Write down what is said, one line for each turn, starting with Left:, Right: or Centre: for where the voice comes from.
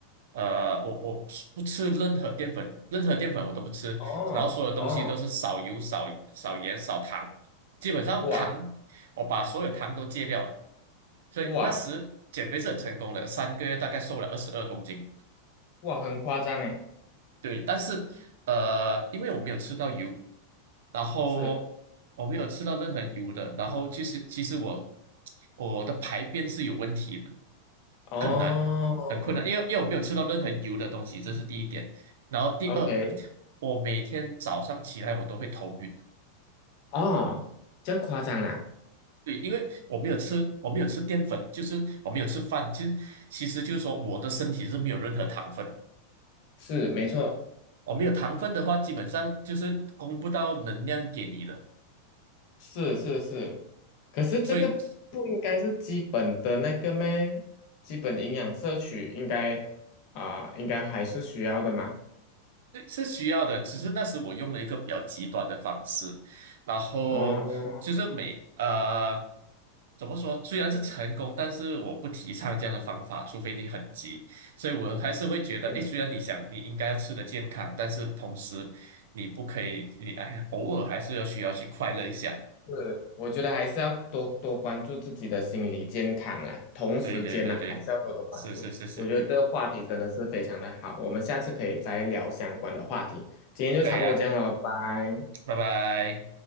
Right: 呃，我我不吃任何淀粉，任何淀粉我都不吃，
Left: 哦哦，
Right: 然后所有东西都是少油、少少盐、少糖，基本上糖，
Left: 哇
Right: 我把所有糖都戒掉了。所以那时减肥是很成功的，
Left: 哇
Right: 三个月大概瘦了二十二公斤。
Left: 哇，很夸张诶，
Right: 对，但是呃，因为我没有吃到油，然后我没有吃到任何油的，
Left: 是。
Right: 然后其实其实我我的排便是有问题的，
Left: 哦
Right: 很难很困难，因为因为我没有吃到任何油的东西，这是第一点。然后第二，
Left: ，OK，
Right: 我每天早上起来我都会头晕。
Left: 哦，这样夸张啊？
Right: 对，因为我没有吃，我没有吃淀粉，就是我没有吃饭，其实其实就是说我的身体是没有任何糖分的。
Left: 是，没错，
Right: 我没有糖分的话，基本上就是供不到能量给你的，
Left: 是是是。可是这个不应该是基本的那个咩？
Right: 所以
Left: 基本营养摄取应该啊、应该还是需要的嘛。
Right: 这是需要的。只是那时我用了一个比较极端的方式，然后就是每呃
Left: 哦，
Right: 怎么说，虽然是成功，但是我不提倡这样的方法，除非你很急。所以我还是会觉得，
Left: 嗯，
Right: 诶，虽然你想你应该要吃的健康，但是同时你不可以，你哎呀，偶尔还是要需要去快乐一下。
Left: 是，我觉得还是要多多关注自己的心理健康啦，同时间呢，
Right: 对对对对，
Left: 还是要多多关注。
Right: 是是是是，
Left: 我觉得这个话题真的是非常的好，我们下次可以再聊相关的话题。今天就差不多这样了，
Right: 可以啊，
Left: 拜。
Right: 拜拜。